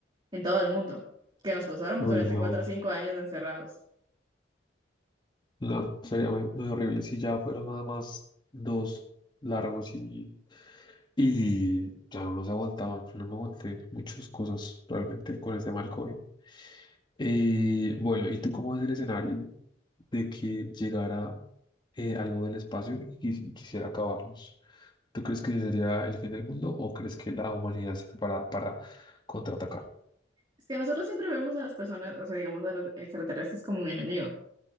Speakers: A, on the right; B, on the left.
A: en todo el mundo, que nos pasáramos
B: Uy,
A: durante
B: no.
A: 4 o Wow. años encerrados.
B: No, sería muy, muy horrible si ya fueron nada más dos largos y, y ya no nos aguantaba. Yo no me aguanté muchas cosas realmente con el tema del COVID. Eh, bueno, ¿y tú cómo ves el escenario de que llegara eh, algo del espacio y, quis- y quisiera acabarlos? ¿Tú crees que ese sería el fin del mundo o crees que la humanidad está preparada para contraatacar?
A: Es que nosotros siempre vemos a las personas, o sea, digamos a los extraterrestres como un enemigo,